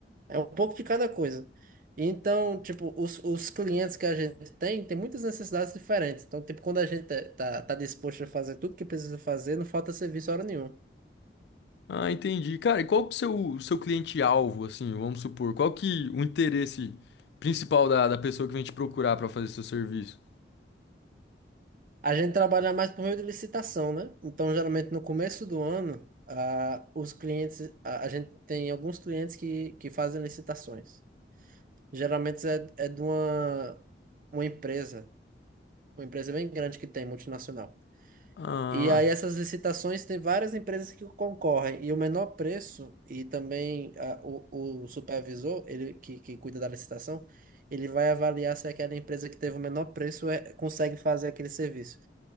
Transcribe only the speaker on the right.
É um pouco de cada coisa. E Então, tipo, os, os clientes que a gente tem, tem muitas necessidades diferentes. Então, tipo, quando a gente é- tá, tá disposto a fazer tudo que precisa fazer, não falta serviço hora nenhuma.
A gente trabalha mais por meio de licitação, né? Então, geralmente no começo do ano, ah, os clientes, a, a gente tem alguns clientes que, que fazem licitações. Geralmente é, é de uma, uma empresa uma empresa bem grande que tem, multinacional.
E aí essas licitações tem várias empresas que concorrem e o menor preço e também a- o, o supervisor, ele que, que cuida da licitação, ele vai avaliar se aquela empresa que teve o menor preço é, consegue fazer aquele serviço.